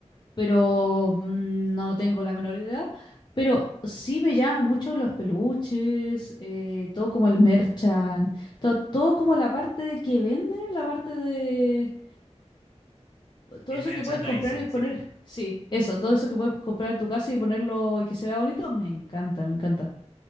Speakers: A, on the left; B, on the left.
A: pero mm, no tengo la menor idea. Pero sí me llama mucho los peluches, eh, todo como el merchant, to- todo como la parte que venden, la parte de todo
B: El
A: eso
B: merchandising,
A: que puedes comprar y poner.
B: sí.
A: Sí, eso, todo eso que puedes comprar en tu casa y ponerlo y que se vea bonito, me encanta, me encanta.